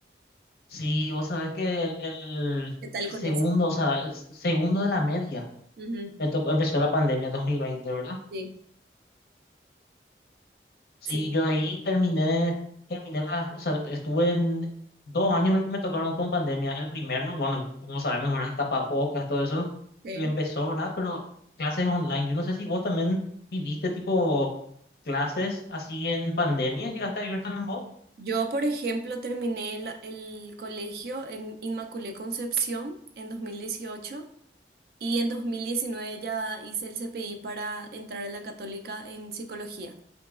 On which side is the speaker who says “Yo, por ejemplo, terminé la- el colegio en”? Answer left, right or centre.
Right